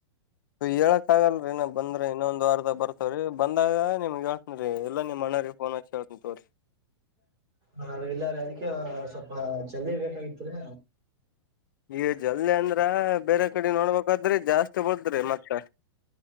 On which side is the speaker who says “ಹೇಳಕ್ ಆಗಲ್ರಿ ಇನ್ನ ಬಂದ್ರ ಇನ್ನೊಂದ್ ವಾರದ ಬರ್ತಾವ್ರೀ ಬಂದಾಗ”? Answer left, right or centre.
Left